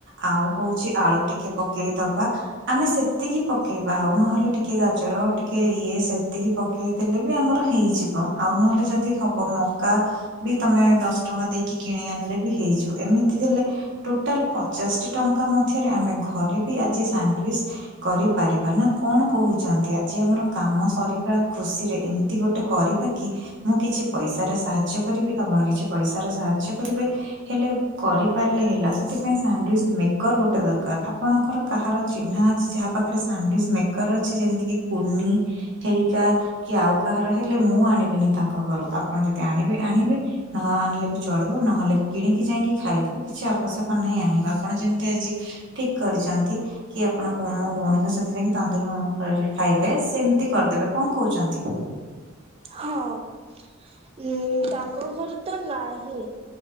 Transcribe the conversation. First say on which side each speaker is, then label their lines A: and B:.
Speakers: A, on the right; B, on the right.
A: ଆଉ ହଉଛି ଆଳୁ ଟିକେ ପକେଇ ଦବା। ଆମେ ସେତିକି ପକେଇବା ଆଉ ନହେଲେ ଟିକେ ଗାଜର ଟିକେ ଇଏ ସେତିକି ପ ପକେଇ ଦେଲେ ବି ଆମର ହେଇଯିବ ଆଉ ନହେଲେ ଯଦି ହବ ମକା ବି ତମେ ଦଶ ଟଙ୍କା ଦେଇକି କିଣି ଆଣିଲେ ବି ହେଇଯିବ ଏମିତି ଦେଲେ ଟୋଟାଲ ପଚାଶଟି ଟଙ୍କା ମଧ୍ୟରେ ଆମେ ଘରେ ବି ଆଜି ସାଣ୍ଡଉଇଚ କରିପାରିବା ନା କଣ କହୁଛନ୍ତି ଆଜି ଆମର କାମ ସରିବା ଖୁସିରେ ଏମିତି ଗୋଟେ କରିବା କି ମୁଁ କିଛି ପଇସାରେ ସାହାଯ୍ୟ କରିବି ଆପଣ କିଛି ପଇସା ର ସାହାଯ୍ୟ କରିବେ। ହେଲେ କରିପାରିଲେ ହେଲା ସେଥିପାଇଁ ସାଣ୍ଡଉଇଚ ମେକର ଗୋଟେ ଦରକାର ଆପଣଙ୍କର କାହାର ଚିହ୍ନା ଅଛି ଯାହା ପାଖରେ ସାଣ୍ଡଉଇଚ ମେକର ଅଛି ଯେମିତି କି କୁନି ହେରିକା କି ଆଉ କାହାର ହେଲେ ମୁଁ ଆଣିବିନି ତାଙ୍କ ଘରୁ ଆପଣ ଯଦି ଆଣିବେ ଆଣିବେ। ନ ଆଣିଲେ ବି ଚଳିବ ନହେଲେ। କିଣିକି ଯାଇଁକି ଖାଇଦେବେ କିଛି ଆବଶ୍ୟକ ନାହିଁ ଆଣିବା ଆପଣ ଯେମିତି ଆଜି ଠିକ କରିଚନ୍ତି। କି ଆପଣ ମୋ ଭଉଣୀଙ୍କ ସହିତ ଯାଇକି ତନ୍ଦୁରୀ ମମୋ କରି ଖାଇବେ ସେମିତି କରିଦେବେ କଣ କହୁଚନ୍ତି?
B: ହଁ ଉଁ ତାଙ୍କ ଘରେ ତ ନାହିଁ।